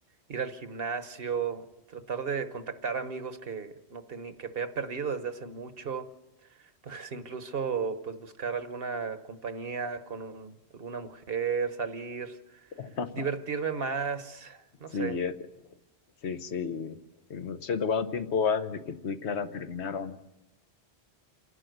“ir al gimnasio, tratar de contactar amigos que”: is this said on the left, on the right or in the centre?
Right